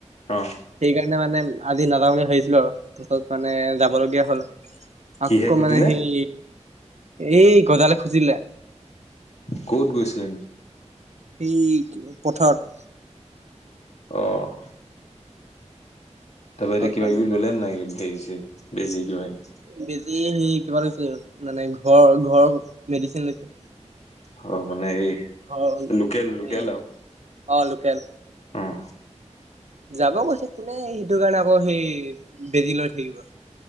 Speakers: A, on the left; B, on the right.
A: অ'।
B: সেইকাৰণে মানে আজি নাযাওঁ বুলি ভাবিছিলোঁ আৰু তাৰপিছত মানে যাবলগীয়া হ'ল। আকৌ
A: কিহে ফুটিলে
B: মানে সেই, এই গজালে খুচি দিলে।
A: ক'ত গৈছিলে?
B: এই পথাৰত।
A: অ'।
B: তাৰপাছত
A: তাৰপা এতিয়া কিবা
B: মানে
A: কিবি ল'লে নাই হেৰি চেৰি, বেজি কিবা কিবি?
B: বেজি সেই কিবা <unintelligible> মানে ঘৰ, ঘৰ মেডিচিন লৈছোঁ।
A: ঘৰ মানে এই
B: ঘৰ
A: লোকেল, লোকেল
B: এই
A: আৰু!
B: অ', লোকেল।
A: অ'
B: যাব কৈছে, কোনে সেইটোৰ কাৰণে আকৌ সেই বেজি লৈ থাকিব!